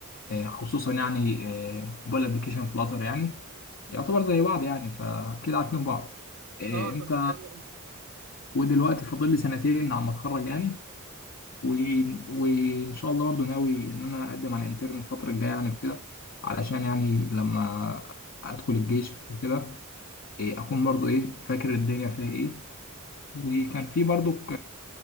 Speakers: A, on the left; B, on the right.
A: آه، خصوصا يعني آه، موبايل ابلكيشن فلاتر يعني يعتبر زي بعض يعني فكده عارفين بعض آه،
B: اه
A: انت
B: طب ده حلو
A: ودلوقتي فاضل لي سنتين على ما اتخرج يعني و... وان شاء الله برضه ناوي ان انا اقدم على انترن الفتره الجايه يعني وكده علشان يعني لما ادخل الجيش وكده إيه، اكون برضه ايه فاكر الدنيا فيها ايه وكان في برضه